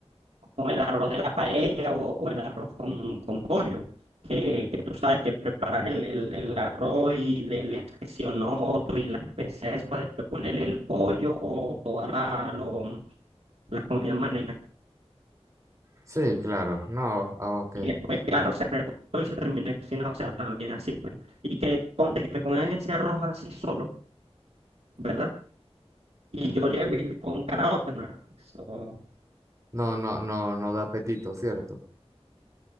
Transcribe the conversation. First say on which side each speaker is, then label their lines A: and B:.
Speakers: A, on the right (about 70°); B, on the right (about 30°).
A: o el arroz de la paella o, o el arroz con, con pollo, que, que tú sabes que preparas el, el- el arroz y le, le echas que sí otro y las especias, eso, para después ponerle el pollo o toda la, lo- la comida marina.
B: Sí, claro, no, ah, ok.
A: Y después, claro,
B: Y-
A: se recortó y se terminó de cocinar, o sea, también así, pues. Y que ponte que me ponen ese arroz así solo, ¿verdad? Y yo llego y con caraota, ¿no? Eso,
B: No, no, no, no da apetito, ¿cierto?